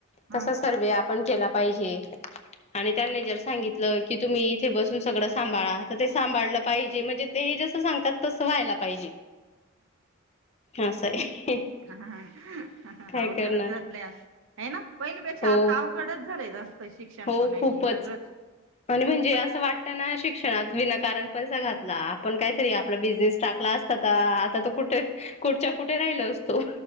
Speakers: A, on the right; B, on the left.
A: हा
B: तसा सर्वे आपण केला पाहिजे आणि त्यांनी जर सांगितलं की तुम्ही इथे बसून सगळं सांभाळा तर ते सांभाळलं पाहिजे म्हणजे ते जस सांगतात तस व्हायला पाहिजे असं आहे
A: ह ह
B: काय
A: अवघडच
B: करणार
A: चालल्या आहे ना पहिल्यापेक्षा
B: हो
A: आता अवघडच झालंय जास्त शिक्षण
B: हो
A: पणा
B: खूपच
A: आणि सगळंच
B: आणि म्हणजे
A: प-
B: असं वाटतं ना शिक्षणात विना कारण पैसा घातला आपण कायतरी आपला बिझनेस टाकला असता आ आता तो कुठे कुठच्या कुठे राहिलो असतो